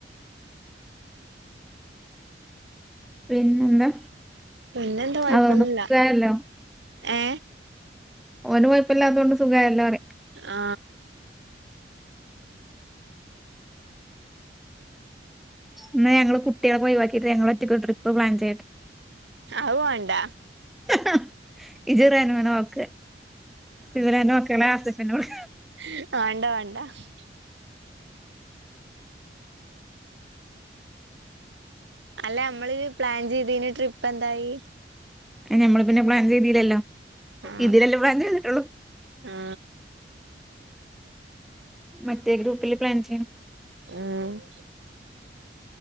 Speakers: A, in the centre; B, on the right (about 85°).
A: പിന്നെന്താ
B: പിന്നെന്താ കൊഴപ്പന്ന്ല്ല.
A: അതുകൊണ്ട് സുഖായല്ലോ
B: ഏ
A: ഓന് കൊയ്പ്പല്ലാതോണ്ട് സുഖായല്ലോ റ്യ.
B: ആ
A: ന്ന് ഞങ്ങള് കുട്ട്യളൊക്കെ ഒഴിവാക്കിട്ട് ഞങ്ങള് ഒറ്റക്ക് ഒരു ട്രിപ്പ് പ്ലാൻ ചെയ്യട്ട്
B: അഹ് വാണ്ട.
A: ഹും ഇജ്റനൂനെ നോക്ക് സിദ്റൻ്റെ മക്കളെ ആസിഫ് നോട്.
B: ഹ്.. വാണ്ട വാണ്ടാ ഹ്.. അല്ല മ്മള് പ്ലാൻ ചെയ്തീന ട്രിപ്പ് എന്തായി
A: ഞമ്മള് പിന്നെ പ്ലാൻ ചെയ്തില്ലല്ലോ
B: ആ
A: ഇതിലല്ലേ പ്ലാൻ ചെയ്തിട്ടുള്ളൂ
B: ആ
A: മറ്റെ ഗ്രൂപ്പിൽ പ്ലാൻ ചെയ്യണം
B: മ്മ്